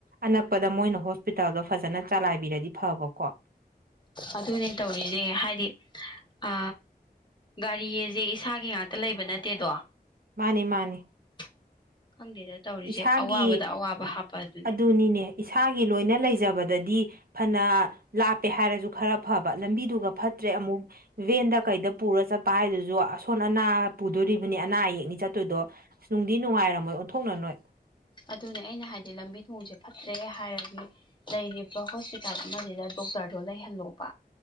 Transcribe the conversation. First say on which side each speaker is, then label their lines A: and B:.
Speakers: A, on the right; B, on the left.
A: ꯑꯅꯛꯄꯗ ꯃꯣꯏꯅ ꯍꯣꯁꯄꯤꯇꯥꯜꯗꯣ ꯐꯖꯅ ꯆꯂꯥꯏꯕꯤꯔꯗꯤ ꯐꯕꯀꯣ
B: ꯑꯗꯨꯅꯦ ꯇꯧꯔꯤꯁꯦ ꯍꯥꯏꯗꯤ ꯑ ꯒꯥꯔꯤꯑꯁꯦ ꯏꯁꯥꯒꯤ ꯉꯥꯛꯇ ꯂꯩꯕ ꯅꯠꯇꯦꯗꯣ
A: ꯃꯥꯅꯤ ꯃꯥꯅꯤ
B: <unintelligible> ꯈꯪꯗꯦꯗ ꯇꯧꯔꯤꯁꯦ
A: ꯏꯁꯥꯒꯤ
B: ꯑꯋꯥꯕꯗ
A: <unintelligible>
B: ꯑꯋꯥꯕ ꯍꯥꯞꯄ ꯑꯗꯨꯅꯦ
A: ꯑꯗꯨꯅꯤꯅꯦ ꯏꯁꯥꯒꯤ ꯂꯣꯏꯅ ꯂꯩꯖꯕꯗꯗꯤ ꯐꯅ ꯂꯥꯞꯄꯦ ꯍꯥꯏꯔꯖꯨ ꯈꯔ ꯐꯕ ꯂꯝꯕꯤꯗꯨꯒ ꯐꯠꯇ꯭ꯔꯦ ꯑꯃꯨꯛ ꯚꯦꯟꯗ ꯀꯩꯗ ꯄꯨꯔ ꯆꯠꯄ ꯍꯥꯏꯗꯨꯁꯨ ꯑꯁꯣꯟ ꯑꯅꯥ ꯄꯨꯗꯣꯔꯤꯕꯅꯤ ꯑꯅꯥ ꯑꯌꯦꯛꯅꯤ ꯆꯠꯇꯣꯏꯗꯣ ꯑꯁ ꯅꯨꯡꯗꯤ ꯅꯨꯡꯉꯥꯏꯔꯝꯃꯣꯏ ꯑꯣꯟꯊꯣꯛꯅ ꯅꯣꯏ
B: ꯑꯗꯨꯅꯦ ꯑꯩꯅ ꯍꯥꯏꯗꯤ ꯂꯝꯕꯤ ꯊꯣꯡꯁꯦ ꯐꯠꯇ꯭ꯔꯦ ꯍꯥꯏꯔꯗꯤ ꯂꯩꯔꯤꯕ ꯍꯣꯁꯄꯤ__ ꯄꯤꯇꯥꯜ ꯑꯃꯁꯤꯗ ꯗꯣꯛꯇꯔꯗꯣ ꯂꯩꯍꯜꯂꯣꯕ